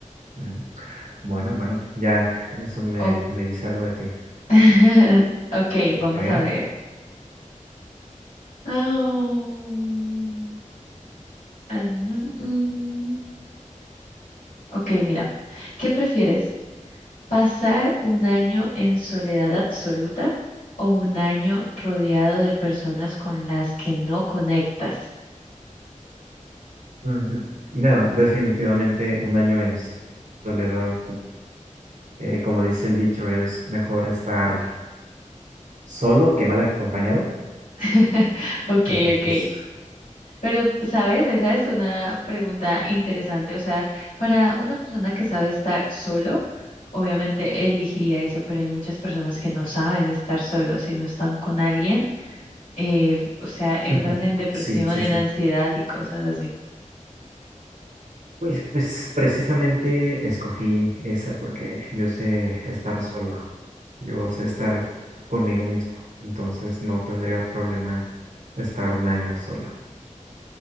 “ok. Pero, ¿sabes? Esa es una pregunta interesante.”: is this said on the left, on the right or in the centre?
Left